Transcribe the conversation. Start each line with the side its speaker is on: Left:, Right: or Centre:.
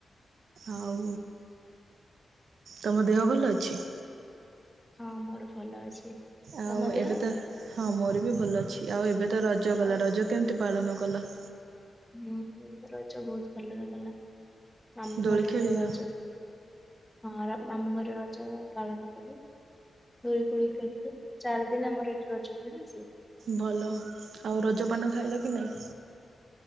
Right: ଆଉ ତମ ଦେହ ଭଲ ଅଛି?
Centre: ହଁ ମୋର ଭଲ ଅଛି।
Right: ଆଉ
Centre: ତମ ଦେହ?
Right: ଏବେ ତ ହଁ ମୋର ବି ଭଲ ଅଛି ଆଉ ଏବେ ତ ରଜ ଗଲା
Centre: ଆଉ
Right: ରଜ କେମତି ପାଳନ କଲ?
Centre: ହୁଁ ରଜ ବହୁତ ଭଲରେ ଗଲା। ମାମୁଁ
Right: ଦୋଳି
Centre: ଘରେ
Right: ଖେଳିଲ
Centre: ରଜ ହଁ ମାମୁଁ ଘରେ ର ଜ ପାଳନ କଲୁ ଦୋଳି ଫୋଳି ଖେଳିଲୁ ଚାରି ଦିନ ଆମର ଏଠି ରଜ ହୁଏ ନା ସେଇଥି।
Right: ଭଲ ଆଉ ରଜପାନ ଖାଇଲ କି ନାଇଁ?